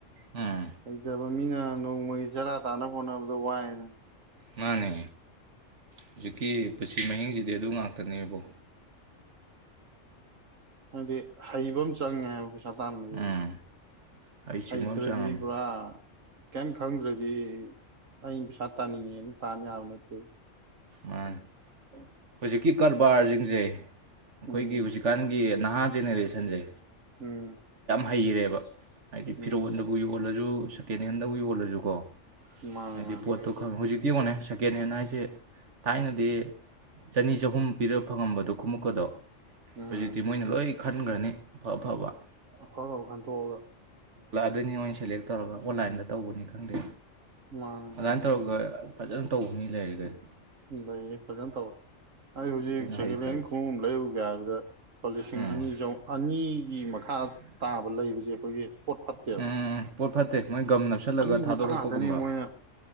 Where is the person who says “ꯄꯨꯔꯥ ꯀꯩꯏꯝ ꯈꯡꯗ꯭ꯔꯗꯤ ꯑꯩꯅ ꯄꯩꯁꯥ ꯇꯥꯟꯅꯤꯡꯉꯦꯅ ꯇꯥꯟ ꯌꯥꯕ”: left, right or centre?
Right